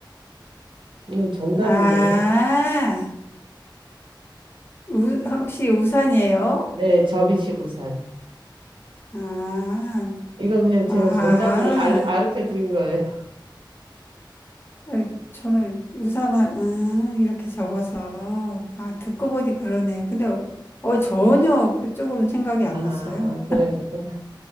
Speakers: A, on the right; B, on the left.
A: 이건 정답인데.
B: 아, 우, 혹시 우산이에요?
A: 네, 접이시구산.
B: 아,
A: 이건 그냥 제가
B: 아,
A: 정답을 알, 아르켜 드린 거예요. <laughs>
B: 에, 저는 우산, 한- 아, 이렇게 접어서. 아, 듣고 보니 그러네요. 근데, 어, 전혀 그쪽으로는 생각이 안
A: 아,
B: 났어요.
A: 그러셨구나.